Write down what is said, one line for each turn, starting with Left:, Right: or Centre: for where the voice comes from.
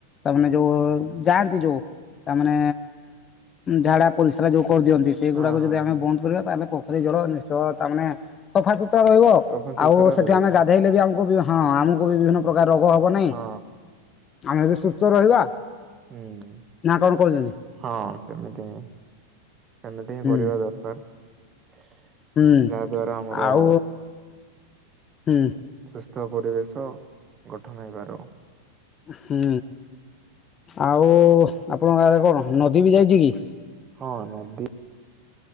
Left: ତାମାନେ ଯୋଉ ଯାଆନ୍ତି ଯୋଉ। ତାମାନେ ଝାଡ଼ା, ପରିସ୍ରା ଯୋଉ କରିଦିଅନ୍ତି ସେଇଗୁଡ଼ାକୁ
Right: ହଁ ହଁ
Left: ଯଦି ଆମେ
Right: ହଁ
Left: ବନ୍ଦ କରିବା ତାହେଲେ ପୋ ଖରି ଜଳ ନିଶ୍ଚୟ ତା ମାନେ ସଫା ସୁତୁରା ରହିବ
Right: ସଫାସୁତୁରା
Left: ଆଉ, ସେଠି
Right: ରହିବ
Left: ଆମେ ଗାଧେଇଲେ ବି ଆମକୁ ବି ହଁ ଆମକୁ ବି ବିଭିନ୍ନ ପ୍ରକାର ରୋଗ ହବ ନାହିଁ
Right: ହଁ
Left: ଆମେ ବି ସୁସ୍ଥ ରହିବା।
Right: ହୁଁ।
Left: ନା କଣ କହୁଛନ୍ତି?
Right: ହଁ ସେମିତି ହିଁ ସେମିତି ହିଁ
Left: ହୁଁ
Right: କରିବା ଦରକାର। ଯାହା
Left: ହୁଁ
Right: ଦ୍ୱାରା ଆମର
Left: ଆଉ ହୁଁ।
Right: ସୁସ୍ଥ ପରିବେଶ ଗଠନ ହେଇପାରିବ।
Left: ହୁଁ ଆଉ ଆପଣଙ୍କ ଆଡେ କଣ ନଦୀ ବି ଯାଇଛି କି?
Right: ହଁ ନଦୀ